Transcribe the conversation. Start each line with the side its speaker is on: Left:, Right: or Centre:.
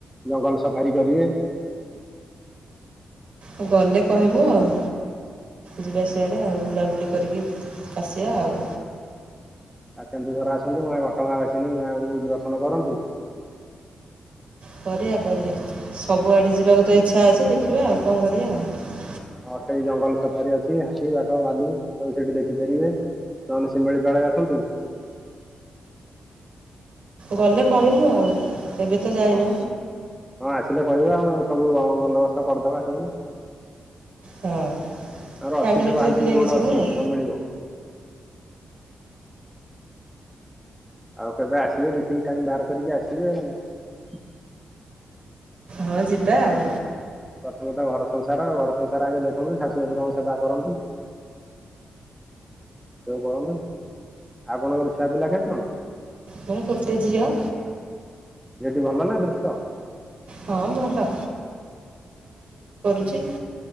Centre: ଜଙ୍ଗଲ ସଫାରି କରିବେ।
Right: ଉ ଗଲେ କହମୁ ଆଉ ଯିବା ସିଆଡ଼େ ଆଉ ବୁଲାବୁଲି କରିକି ଆସିବା ଆଉ।
Centre: ଆଉ କେନ୍ଦୁଝର ଆସନ୍ତୁ ମା ଘଟଗାଁ ଆସିନି ମାଙ୍କୁ ଦର୍ଶନ କରନ୍ତୁ।
Right: କରିବା କରିବା ସବୁଆଡେ ଯିବାକୁ ତ ଇଚ୍ଛା ଅଛି ଦେଖିବା ଆଉ କଣ କରିବା ଆଉ।
Centre: ହଁ ଅଠେଇ ଜଙ୍ଗଲ ସଫାରୀ ଅଛି ହାତୀ ବାଘ ଭାଲୁ ତୁ ସେଠି ଦେଖିପାରିବେ ନହେଲେ ଶିମିଳିପଳ ଆସନ୍ତୁ।
Right: ଗଲେ କହିବୁ ଆଉ। ଏବେ ତ ଯାଇନ
Centre: ଓଁ ହଁ ହଁ ଆସିଲେ କହିବା ଆ ସବୁ ବନ୍ଦୋବସ୍ତ କରିଦବା ଏଠକୁ ଆମର
Right: ହଁ ଫ୍ୟାମିଲି
Centre: ଅଛି ସବୁ
Right: ଟ୍ରିପ୍
Centre: ହାଉସିଂ
Right: ନେଇକି
Centre: ବୋଡ
Right: ଯିମୁ
Centre: ଅଛି
Right: ଆଉ
Centre: ସବୁ ମିଳିବ ଆଉ କେବେ ଆସିବେ ଦେଖିକି ଟାଇମ ବାହାର କରିକି ଆସିବେ ଆଉ।
Right: ହଁ ଯିବା ଆଉ।
Centre: ପ୍ରଥମେ ତ ଘର ସଂସାର ଘର ସଂସାର ଆଗେ ଦେଖନ୍ତୁ ଶାଶୁ ଶ୍ୱଶୁରଙ୍କ ସେବା କରନ୍ତୁ ସବୁ କରନ୍ତୁ ଆ ଆପଣଙ୍କର ଛୁଆ ପିଲା କେତେ ଜଣ?
Right: ହଁ କଟେ ଯଅ
Centre: ଝିଠି ଭଲ ନା ଦୃଷ୍ଟ?
Right: ହଁ ଭଲ କି <inaudible>